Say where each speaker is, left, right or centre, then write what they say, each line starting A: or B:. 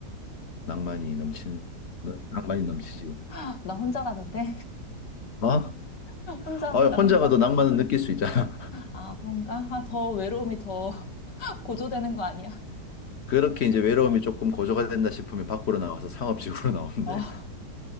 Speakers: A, on the left (about 50°); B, on the left (about 75°).
A: 낭만이 넘치는, 낭만이 넘치지.
B: 아, 나 혼자 가는데?
A: 어?
B: <laughs> 혼자,
A: 어,
B: 나
A: 혼자
B: 혼자.
A: 가도 낭만은 느낄 수 있잖아. <laughs>
B: 아, 그런가? 아, 더 외로움이 더 <laughs> 고조되는
A: 어.
B: 거 아니야?
A: 그렇게 이제 외로움이 조금 고조가 된다 싶으면 밖으로 나와서 상업지구로 <laughs> 나오면
B: 어.
A: 돼.